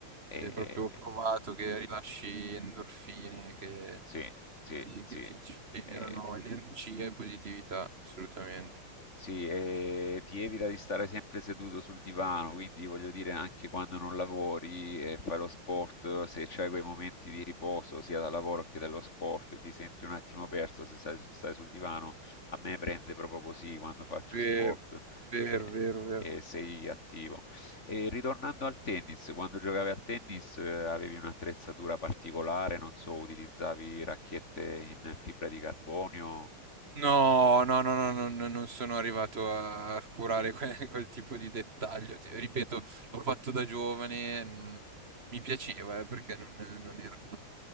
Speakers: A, on the left (about 30°); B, on the right (about 35°).
A: eh,
B: è proprio provato che rilasci endorfine, che
A: sì, sì,
B: ti,
A: sì.
B: che ti generano
A: eh,
B: energia e positività, assolutamente.
A: Sì, e ti evita di stare sempre seduto sul divano, quindi voglio dire anche quando non lavori e fai lo sport, se c'hai quei momenti di riposo sia dal lavoro che dallo sport, ti senti un attimo perso se stai, stai sul divano, a me prende proprio così quando faccio
B: Vero,
A: sport
B: vero,
A: e,
B: vero, vero.
A: e sei attivo. E ritornando al tennis, quando giocavi al tennis eh, avevi un'attrezzatura particolare, non so, utilizzavi racchette in fibra di carbonio?
B: No, no, no, no, no, no, non sono arrivato a curare que- <laughs> quel, tipo di dettaglio. Ti- Ripeto, l'ho fatto da giovane, mh, mi piaceva, eh, perché non, non era uno